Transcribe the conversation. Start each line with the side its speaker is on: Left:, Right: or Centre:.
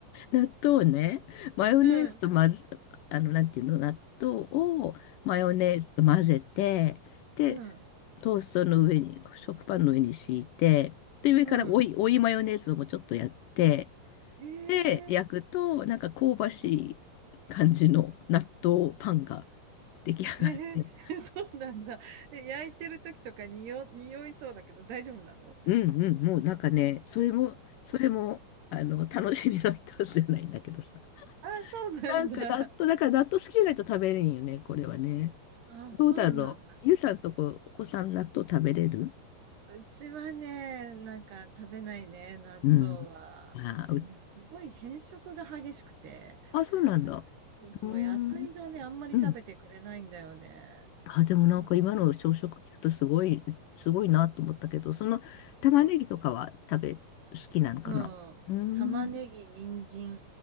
Left: 納豆をね。マヨネーズとまず、
Right: うん、
Left: あの、なんていうの、納豆をマヨネーズと混ぜて、で、
Right: うん、
Left: トーストの上に、食パンの上に敷いて、で、上から追い、
Right: うん。
Left: 追いマヨネーズをもうちょっとやって、
Right: へ
Left: で、焼くと、
Right: え
Left: なんか香ばしい感じの納豆パンが出来上がって。
Right: へえ <laughs> そうなんだ。え焼いてる時とかにお、匂いそうだけど大丈夫なの
Left: うんうん、もうなんかね、それも、それも、あの、楽しみの一つじゃないんだけどさ。
Right: あ、そうなんだ。
Left: なんか納豆、だから納豆好きじゃないと食べれんよね、これはね。
Right: あ、そうなんだ。
Left: どうだろう。ゆうさんとこ、お子さん納豆食べれる
Right: うちはね、なんか食べないね、納豆は。
Left: うん。あー、
Right: うちね、
Left: う
Right: すごい変色が激しくて、
Left: あ、そうなんだ。
Right: なんか、そうそう、
Left: うーん。
Right: 野菜がね、あんまり食べてくれないんだよね。
Left: うんあ、でもなんか今の朝食聞くとすごい、
Right: うん。
Left: すごいなと思ったけど、その玉ねぎとかは食べ、好きなのかなうーん。
Right: うん玉ねぎ、人参、